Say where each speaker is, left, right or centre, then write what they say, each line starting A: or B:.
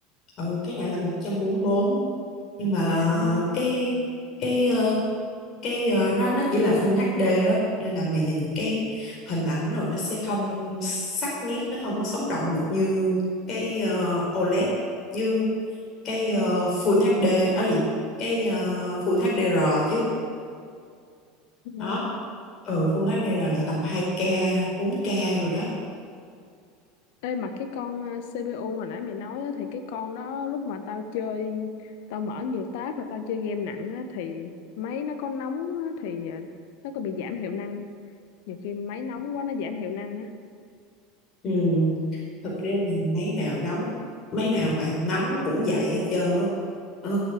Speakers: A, on the left (about 45°); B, on the left (about 65°).
A: ừ cái này là một trăm bốn mươi bốn nhưng mà
B: Trời ngon.
A: cái cái ờ, cái ờ, nó nó chỉ là full HD á nên là mày nhìn cái hình ảnh rồi nó sẽ không sắc nét nó không có sống động được như cái ờ, OLED như cái ờ, full HD ở gì cái ờ, full HDR chứ
B: Ngon.
A: đó ừ full HDR là tầm hai k bốn k rồi đó
B: Ê mà cái con ờ, CPU hồi nãy mày nói á, thì cái con đó lúc mà tao chơi tao mở nhiều tab và tao chơi game nặng á, thì máy nó có nóng á, thì ờ, nó có bị giảm hiệu năng không? Nhiều khi máy nóng quá nó giảm hiệu năng á.
A: ừ thực ra thì mấy nào nóng mấy nào mà nóng cũng vậy hết trơn á ờ,